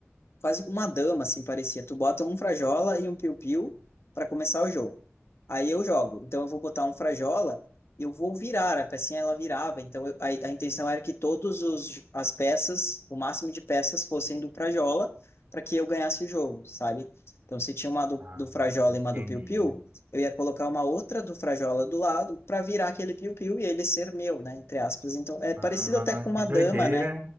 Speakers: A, on the left; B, on the right.
A: quase que uma dama, assim, parecia. Tu bota um Frajola e um Piu-Piu para começar o jogo. Aí eu jogo. Então eu vou botar um Frajola, eu vou virar, a pecinha ela virava. Então eu- a, a intenção era que todos os as peças, o máximo de peças fossem do Frajola para que eu ganhasse o jogo, sabe? Então se tinha uma do,
B: ah,
A: do Frajola e
B: entendi.
A: uma do Piu-Piu, eu ia colocar uma outra do Frajola do lado para virar aquele Piu-Piu e ele ser meu, né, entre aspas. Então é parecido
B: Ah,
A: até com uma
B: que doideira.
A: dama, né?